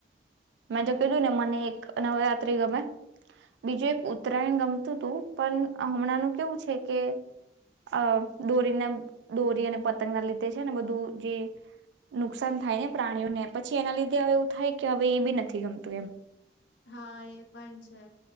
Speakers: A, on the right; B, on the left.
A: મેં તો કીધું ને મને એક નવરાત્રી ગમે બીજું એક ઉત્તરાયણ ગમતું હતું પણ હમણાં ન કેવું છે કે અ દોરીને દોરી અને પતંગના લીધે. ને બધું જે નુકસાન થાય ને પ્રાણીઓને પછી. એના લીધે હવેવ થાય કે. હ એ બી નથી ગમતું એમ.
B: હા એ પણ છે